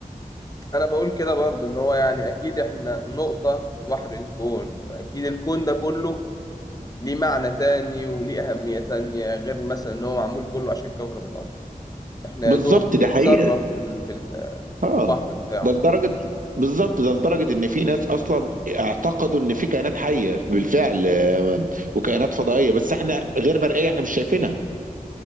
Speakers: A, on the left (about 25°); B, on the right (about 65°).
A: انا بقول كده برضه ان هو يعني اكيد احنا نقطة في بحر الكون فاكيد الكون ده كله ليه معنى تاني وليه اهمية تانية غير مثلا ان هو معمول كله عشان كوكب الارض احنا
B: بالظبط
A: يا دوب
B: ده حقيقه
A: ذرة في ال- في ال-
B: اه
A: في البحر بتاعه
B: ده لدرجه بالظبط ده لدرجه ان في ناس اصلا اعتقدوا ان في كائنات حيه بالفعل آه، وكائنات فضائيه بس احنا غير مرئيه احنا مش شايفينها